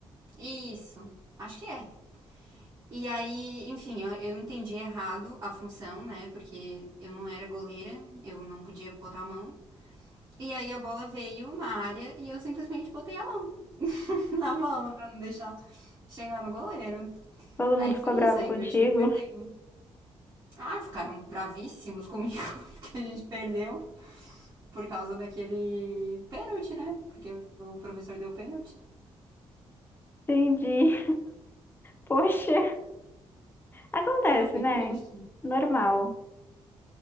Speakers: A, on the right (about 30°); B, on the left (about 20°).
A: Isso, acho que é. E aí, enfim, eu, eu entendi errado a função, né? Porque eu não era goleira, eu não podia botar a mão. E aí a bola veio na área e eu simplesmente botei a mão <laughs> na bola para não deixar chegar no goleiro.
B: Todo
A: Aí
B: mundo
A: foi
B: ficou
A: isso,
B: bravo
A: aí
B: contigo?
A: o meu time perdeu. Ah, ficaram bravíssimos <laughs> comigo, porque a gente perdeu por causa daquele pênalti, né? Porque o professor deu pênalti.
B: Entendi. <laughs> Poxa. Acontece,
A: É, foi
B: né?
A: triste.
B: Normal.